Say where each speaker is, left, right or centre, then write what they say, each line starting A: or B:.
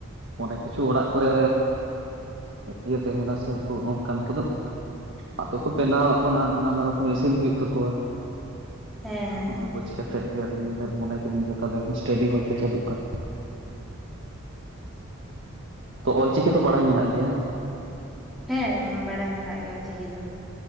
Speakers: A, on the right; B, in the centre.
A: ᱚᱱᱮᱠ ᱠᱤᱪᱷᱩ ᱚᱲᱟᱜ ᱠᱚᱨᱮ ᱤᱭᱟᱹ ᱛᱮ ᱫᱩ ᱥᱮ ᱩᱱᱠᱩ ᱚᱱᱠᱟᱱ ᱠᱚᱫᱚ ᱟᱫᱚ ᱠᱚ ᱵᱮᱱᱟᱣ ᱟ᱾ ᱚᱱᱟ ᱱᱟᱱᱟ ᱨᱚᱠᱚᱢ ᱤᱥᱤᱱ ᱦᱩᱭᱩᱜ ᱛᱟᱠᱚᱣᱟ
B: ᱦᱮᱸ ᱦᱮᱸ
A: ᱚᱱᱟ ᱵᱩᱡ ᱠᱟᱛᱮ ᱛᱮᱫ ᱜᱮ ᱟᱫᱚ ᱢᱮᱱ ᱢᱚᱱᱮ ᱠᱤᱫᱤᱧ ᱡᱮ ᱛᱟᱦᱚᱞᱮ ᱥᱴᱟᱰᱤ ᱦᱚᱭᱛᱮ ᱪᱟᱹᱞᱩᱜ ᱠᱟᱱ ᱛᱚ ᱚᱞᱪᱤᱠᱤ ᱛᱚ ᱵᱟᱲᱟᱭ ᱢᱮᱱᱟᱜ ᱜᱮᱭᱟ
B: ᱦᱮᱸ ᱵᱟᱰᱟᱭ ᱢᱮᱱᱟᱜ ᱜᱮᱭᱟ ᱚᱪᱤᱠᱤ ᱫᱚ᱾